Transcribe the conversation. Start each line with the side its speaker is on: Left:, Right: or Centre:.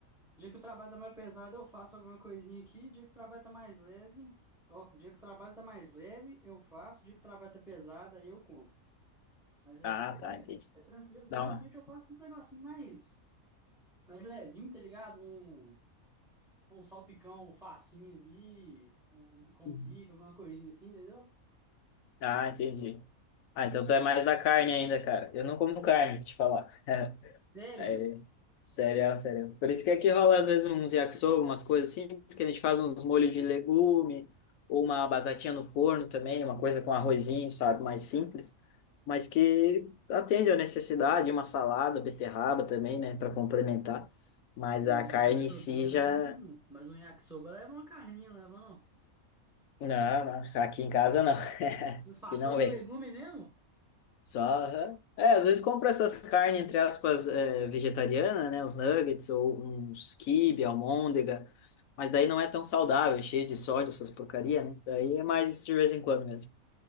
Centre: Dia que o trabalho tá mais pesado, eu faço alguma coisinha aqui. Dia que o trabalho tá mais leve... Ó, dia que o trabalho tá mais leve, eu faço. Dia que o trabalho tá pesado, aí eu compro. Mas aí
Left: Ah, tá,
Centre: é,
Left: entendi.
Centre: é tranquilo. Normalmente
Left: Dá uma.
Centre: eu faço uns negocinhos mais, mais levinho, tá ligado? Um, um salpicão, um facinho ali, um, com
Left: Uhum.
Centre: um bife, alguma coisinha assim, entendeu?
Left: Ah, entendi. Ah, então tu é mais da carne ainda, cara. Eu não como carne, te falar.
Centre: Sério,
Left: É,
Centre: velho?
Left: sério, sério. Por isso que aqui rola às vezes uns yakisoba, umas coisas assim, porque a gente faz uns molhos de legume, ou uma batatinha no forno também, uma coisa com arrozinho, sabe, mais simples, mas que atende à necessidade, uma salada, beterraba também, né, para complementar. Mas
Centre: Mas
Left: a
Centre: um
Left: carne
Centre: yakisobia
Left: em si
Centre: leva
Left: já.
Centre: um. Mas um yakisoba leva uma carninha, não leva não.
Left: Não, não, aqui em casa não. <laughs>
Centre: Disfarçando
Left: E não vem.
Centre: o legume mesmo?
Left: Só, aham. É, às vezes compra essas carnes, entre aspas, é, vegetariana, né? os nuggets ou uns quibe, almôndega. Mas daí não é tão saudável, é cheio de sódio, essas porcaria, né? Daí é mais de vez em quando mesmo.